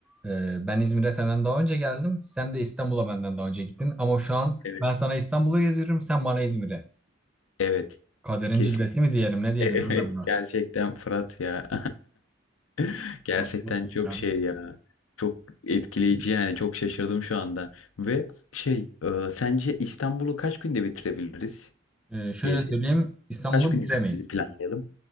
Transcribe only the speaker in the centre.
Ee, ben İzmir'e senden daha önce geldim. Sen de İstanbul'a benden daha önce gittin. Ama şu an
ben sana İstanbul'u geziyorum. Sen bana İzmir'e.
Kaderin
cilvesi
mi diyelim ne diyelim
Emre buna.
Ben gerçekten
Ee, şöyle
söyleyeyim. İstanbul'u
bitiremeyiz.